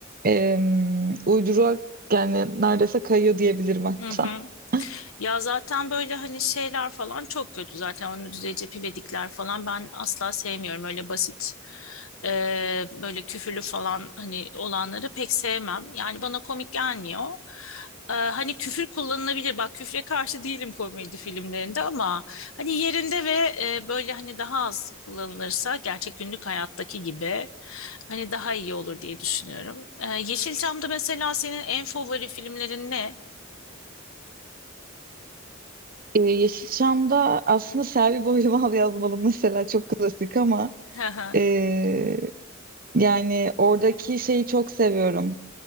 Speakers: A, on the right; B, on the left.
A: e, uyduruğa yani neredeyse kayıyor diyebilirim hatta.
B: Hı hı.
A: <laughs>
B: Ya zaten böyle hani şeyler falan çok kötü zaten onun Recep İvedikler falan ben asla sevmiyorum öyle basit e, böyle küfürlü falan hani olanları pek sevmem yani bana komik gelmiyor. E, hani küfür kullanılabilir bak küfre karşı değilim komedi filmlerinde ama hani yerinde ve e, böyle hani daha az kullanılırsa gerçek günlük hayattaki gibi hani daha iyi olur diye düşünüyorum. E, Yeşilçam'da mesela senin en favori filmlerin ne?
A: Ee, Yeşilçam'da aslında Selvi Boylumal yazmalı mesela çok klasik ama
B: <laughs>
A: ee, yani oradaki şeyi çok seviyorum.